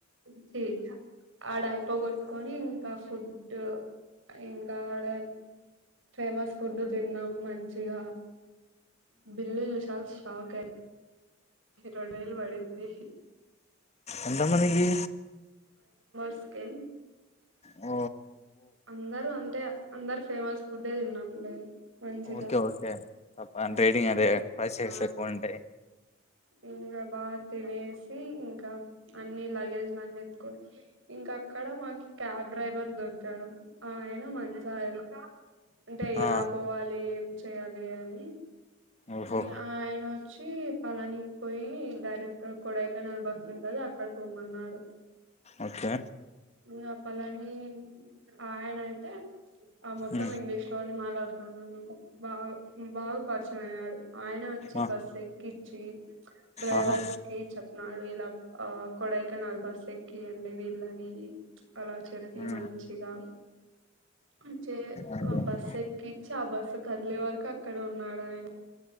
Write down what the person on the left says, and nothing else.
ఎంతా మందికి
ఓ
ఓకే ఓకే అ ట్రేడింగ్
అదే ప్రిసెస్
ఎక్కువ ఉంటాయి
ఆ
ఓహో
ఓకే
ఉమ్
ఆ
ఆహా
ఉమ్
ఓకే